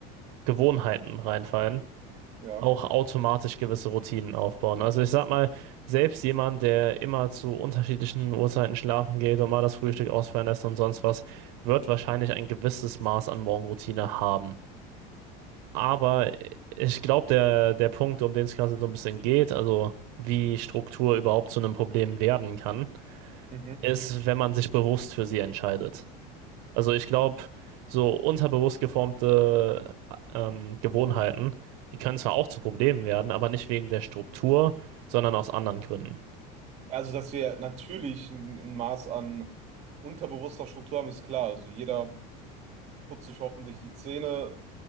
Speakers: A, on the right (about 65°); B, on the right (about 35°).
A: Gewohnheiten reinfallen,
B: ja.
A: auch automatisch gewisse Routinen aufbauen. Also ich sag mal, selbst jemand, der immer zu unterschiedlichen Uhrzeiten schlafen geht und mal das Frühstück ausfallen lässt und sonst was, wird wahrscheinlich ein gewisses Maß an Morgenroutine haben. Aber ich glaube, der, der Punkt, um den es gerade so ein bisschen geht, also wie Struktur überhaupt zu einem Problem werden kann,
B: Mhm.
A: Mhm. ist, wenn man sich bewusst für sie entscheidet. Also ich glaube, so unterbewusst geformte ähm, Gewohnheiten, die können zwar auch zu Problemen werden, aber nicht wegen der Struktur, sondern aus anderen Gründen.
B: Also, dass wir natürlich ein, ein Maß an unterbewusster Struktur haben, ist klar. Also jeder putzt sich hoffentlich die Zähne,